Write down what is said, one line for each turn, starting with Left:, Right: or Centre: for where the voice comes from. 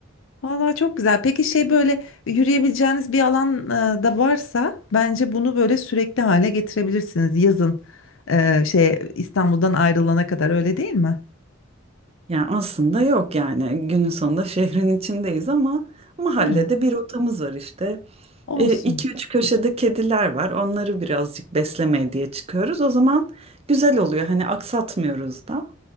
Left: Vallahi çok güzel. Peki şey böyle yürüyebileceğiniz bir alan e, da varsa bence bunu böyle sürekli hale getirebilirsiniz yazın e, şey İstanbul'dan ayrılana kadar öyle değil mi?
Right: Yani aslında yok yani günün sonunda şehrin içindeyiz ama mahallede
Left: Evet,
Right: bir rotamız var işte.
Left: olsun.
Right: E, iki üç köşede kediler var onları birazcık beslemeye diye çıkıyoruz. O zaman güzel oluyor hani aksatmıyoruz da.